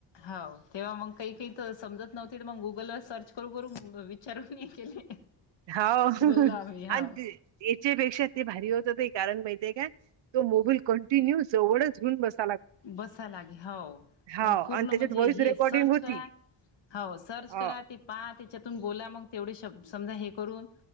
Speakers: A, on the left (about 60°); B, on the right (about 60°).
A: हो तेव्हा मग काही एक एक तर समजत नव्हते तर मग गुगलवर सर्च करून विचारून मी केले
B: हो
A: बोललो आम्ही हाव
B: आणि याच्यापेक्षा ते भारी होत होते कारण माहिती आहे का तो मोबईल कंटिन्यू जवळच घेऊन बस
A: बसायलागे हाव
B: हाव
A: आण पूर्ण
B: आणि त्याच्यात
A: म्हणजे
B: व्हॉइस
A: हे
B: रेकॉर्डिंग
A: सर्च
B: होती.
A: करा. हाव सर्च
B: हाव
A: करा ते प हा त्याच्यातून बोला मग तेवढे शब समजा हे करून